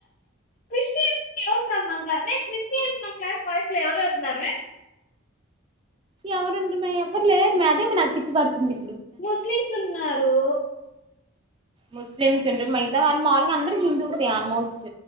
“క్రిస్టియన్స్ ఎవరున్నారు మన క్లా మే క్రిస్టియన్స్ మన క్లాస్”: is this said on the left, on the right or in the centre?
Left